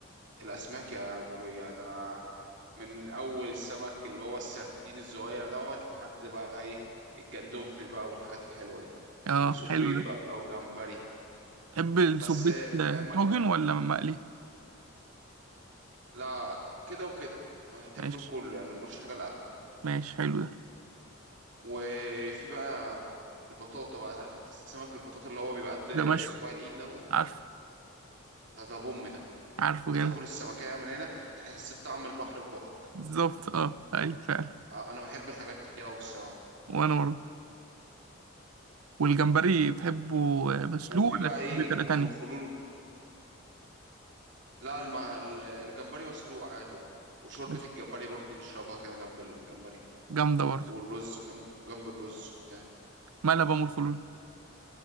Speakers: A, on the right; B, on the right.
A: الاسماك يا ابويا ده انا من اول السمك اللي هو السردين الصغير دوت لحد بقى ايه الجندوفلي بقى والحاجات الحلوه دي
B: اه
A: وسبيط
B: حلو ده
A: بقى وجمبري
B: تحب السبيت
A: بس
B: آه،
A: آه، مالي
B: طاجن ولا مقلي؟
A: لا كده وكده انا بحب
B: ماشي
A: كله يعني ما بقولش حاجه
B: ماشي حلو ده
A: وفي بقى البطاطا بقى عارف انت السمك البطاطا اللي هو بيبقى قد
B: ده مشوي
A: صباع الايد دوت
B: عارفه
A: ده ده بوم ده
B: عارفه
A: ده
B: جامد
A: تاكل السمكية من هنا تحس بطعم البحر في بقك
B: بالظبط اه أيوة فعلا
A: آه، انا بحب الحاجات دي قوي الصراحة
B: وأنا برضه والجمبري بتحبه آه، مسلوق
A: وفي
B: ولا
A: بقى
B: بتحبه
A: ايه
B: بطريقة تانية؟
A: ام الخلول لا الم... ال- الجمبري مسلوق عادي اه وشوربة
B: بس
A: الجمبري برضو نشربها كده جنب الجمبري
B: جامدة برضه
A: والرز جنب جنب الرز وبتاع
B: ملبن والخلول